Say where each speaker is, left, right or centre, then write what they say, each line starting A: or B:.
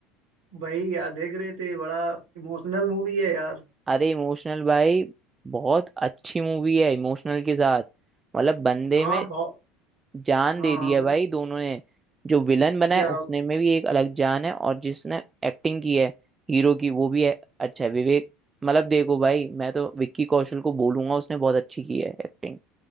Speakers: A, on the right; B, on the right.
A: भाई यार देख रहे थे बड़ा इमोशनल मूवी है यार
B: अरे इमोशनल भाई बहुत अच्छी मूवी है इमोशनल के साथ मतलब बंदे
A: हाँ
B: में
A: बहुत
B: जान
A: हाँ
B: दे दी
A: हाँ
B: है
A: भाई
B: भाई दोनों ने जो विलन बना
A: क्या
B: है उसने में भी एक अलग जान है और जिसने एक्टिंग की है हीरो की वो भी है अच्छा है विवेक मतलब देखो भाई मैं तो विक्की कौशल को बोलूंगा उसने बहुत अच्छी की है एक्टिंग